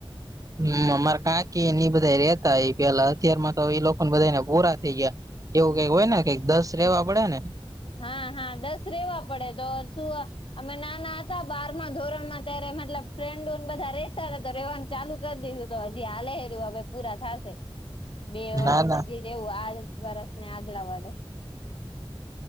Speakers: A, on the right; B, on the left.
A: હમ્મ અમાર કાંકી બધા રેતા એ પેલા અત્યાર માં તો એ લોકો બધાને પૂરા થઈ ગયા એવું કઈક હોય ને કઈક દસ રેવા પડે ને
B: હા હા દસ રેવા પડે તો શું અમે નાના હતા બારમાં ધોરણમાં ત્યારે મતલબ ફ્રેન્ડને બધા રેતા હતા તો રહેવાનું ચાલુ કરી દીધું તો હજી હાલે હજી હવે પૂરા થશે બે વરસ
A: ના ના
B: હજી રહેવું આ વરસ ને આગલા વરસ